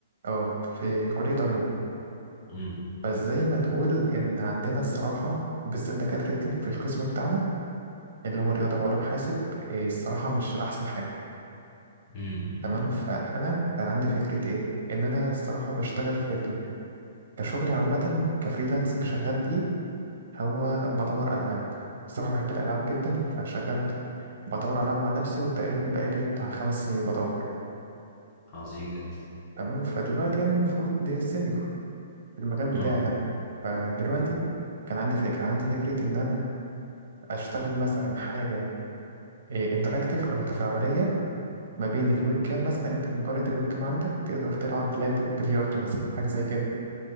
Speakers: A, on the right; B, on the left.
A: اه في كليه علوم
B: امم
A: فازاي ما تقول ان عندنا الصراحه وبالذات دكاتره في القسم بتاعنا اللي هو رياضه وعلوم حاسب آه، الصراحه مش احسن حاجه
B: امم
A: تمام فانا كان عندي فكره ايه ان انا الصراحه بشتغل في ال... كشغلي عامه كفريلانسنج شغال بيه هو بدور العاب الصراحه بحب الالعاب جدا فشغال بدور العاب مع نفسي وتقريبا بقالي بتاع خمس سنين بدور
B: عظيم جدا
A: تمام فدلوقتي انا المفروض دي سينيور في المجال بتاعي
B: اه
A: يعني فدلوقتي كان عندي فكره عندي فكره ان انا اشتغل مثلا حاجه انتراكتيف او تفاعليه ما بين الويب كام مثلا انت مجرد الويب كام عندك تقدر تلعب لعبه بلياردو مثلا حاجه زي كده